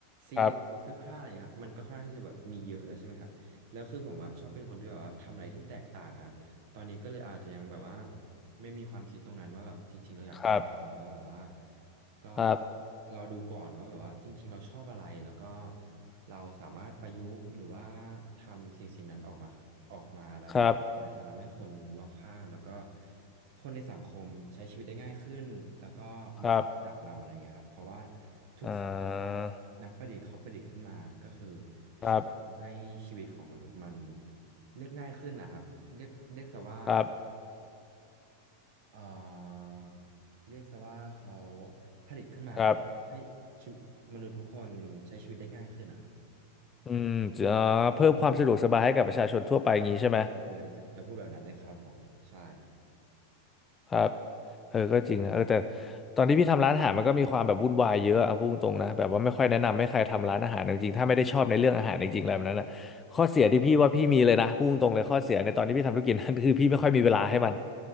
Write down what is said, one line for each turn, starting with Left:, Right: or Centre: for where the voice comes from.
Right: ซีอีโอเสื้อผ้าอะไรเงี้ยครับมันก็ค่อนข้างที่จะแบบมีเยอะแล้วใช่ไหมครับแล้วคือผมอ่ะชอบเป็นคนที่แบบว่าทำอะไรที่แตกต่างอะครับตอนนี้ก็เลยอาจจะยังแบบว่า
Left: ครับ
Right: ไม่มีความคิดตรงนั้นว่าแบบจริงๆเราอยากทำอะไรเพราะแบบว่า
Left: ครับ
Right: ก็
Left: ครับ
Right: รอดูก่อนว่าแบบว่าจริงๆเราชอบอะไรแล้วก็เราสามารถประยุกต์หรือว่าทำสิ่งสิ่งนั้นออกมาออกมาแล้วแบบว่ามันจะทำให้คนรอบข้างแล้วก็
Left: ครับ
Right: คนในสังคมใช้ชีวิตได้ง่ายขึ้นแล้วก็มาซื้อหลักเราอะไรเงี้ยครับเพราะว่า
Left: ครับ
Right: ทุกสิ่งที่แบบว่านักประดิษฐ์เขาประดิษฐ์ขึ้นมาก็คือ
Left: อ่าครับ
Right: ช่วยให้ชีวิตของมนุษย์มันเรียกง่ายขึ้นนะครับเรียกเรียกซะว่าอ่า
Left: ครับ
Right: เอ่อเรียกซะว่าเขาผลิตขึ้นมาเพื่อให้ชีวิตมนุษย์ทุกคนใช้ชีวิตได้ง่ายขึ้นนะครับ
Left: ครับอืมจะเพิ่มความสะดวกสบายให้กับประชาชนทั่วไปอย่างนี้ใช่ไหม
Right: ใช่ครับเลยจะจะพูดแบบนั้นเลยครับผมใช่ครับ
Left: ครับ เออก็จริงนะเออแต่ตอนที่พี่ทำร้านอาหารมันก็มีความแบบวุ่นวายเยอะเอาพูดตรงๆนะแบบว่าไม่ค่อยแนะนำให้ใครทำร้านอาหารจริงๆถ้าไม่ได้ชอบในเรื่องอาหารจริงๆแล้วแบบนั้นนะข้อเสียที่พี่ว่าพี่มีเลยนะพูดตรงๆเลยข้อเสียในตอนที่พี่ทำธุรกิจนัน <laughs> คือพี่ไม่ค่อยมีเวลาให้มัน